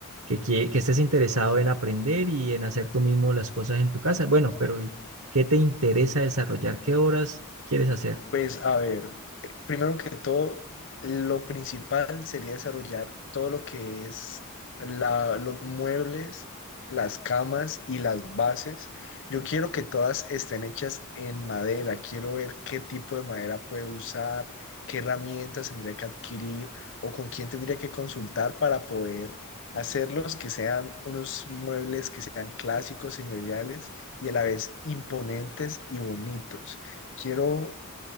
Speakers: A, on the right; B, on the left.
A: que, que, que estés interesado en aprender y en hacer tú mismo las cosas en tu casa. Bueno, pero ¿y ¿qué te interesa desarrollar? ¿Qué horas quieres hacer?
B: Pues a ver, primero que todo, lo principal sería desarrollar todo lo que es la- los muebles, las camas y las bases. Yo quiero que todas estén hechas en madera. Quiero ver qué tipo de madera puede usar, qué herramientas tendría que adquirir o con quién tendría que consultar para poder hacerlos, que sean unos muebles que sean clásicos, señoriales y a la vez imponentes y bonitos. Quiero